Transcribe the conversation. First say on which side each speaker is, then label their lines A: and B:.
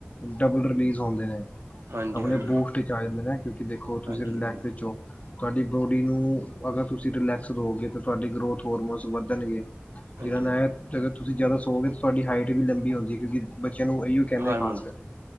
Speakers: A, on the left; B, on the right.
A: ਡਬਲ ਰਿਲੀਜ਼ ਹੁੰਦੇ ਨੇ
B: ਹਾਂਜੀ
A: ਆਪਣੇ
B: ਹਾਂਜੀ
A: ਬੂਸਟ ਵਿੱਚ ਆ ਜਾਂਦੇ ਨੇ ਕਿਉਂਕਿ ਦੇਖੋ ਤੁਸੀਂ
B: ਹਾਂਜੀ
A: ਰਿਲੈਕਸ ਵਿੱਚ ਹੋ। ਤੁਹਾਡੀ ਬੋਡੀ ਨੂੰ ਅਗਰ ਤੁਸੀਂ ਰਿਲੈਕਸ ਦੋਗੇ ਤਾਂ ਤੁਹਾਡੀ ਗਰੋਥ ਹੋਰਮੋਨਸ ਵੱਧਣਗੇ।
B: ਹਾਂਜੀ
A: ਜਿਹਦਾ ਨਾਲ ਅਗਰ ਤੁਸੀਂ ਜ਼ਿਆਦਾ ਸੋਵੋਗੇ ਤਾਂ ਤੁਹਾਡੀ ਹਾਈਟ ਵੀ ਲੰਬੀ ਹੁੰਦੀ ਹੈ ਕਿਉਂਕਿ ਬੱਚਿਆਂ ਨੂੰ ਇਓ ਕਹਿੰਦੇ
B: ਹਾਰਮੋਨ
A: ਖਾਸ ਕਰ